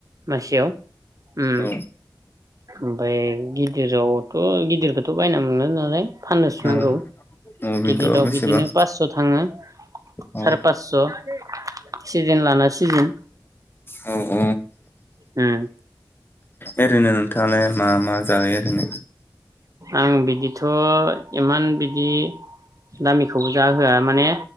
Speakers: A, on the right; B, on the left.
A: मासेयाव उम।
B: औ
A: ओमफ्राय गिदिरावथ' गिदिरखौथ' बायना मोनो नालाय फाननोसो
B: औ
A: नांगौ।
B: औ बेनोथ'
A: गिदिराव
B: बेसेबां
A: बिदिनो फासस' थाङो
B: औ
A: साराय पासस' सिजेन लाना सिजेन।
B: औ औ।
A: उम।
B: ओरैनो नोंथाङालाय मा मा जायो ओरैनो?
A: आं बिदिथ' इमान बिदि दामिखौबो जा होआ माने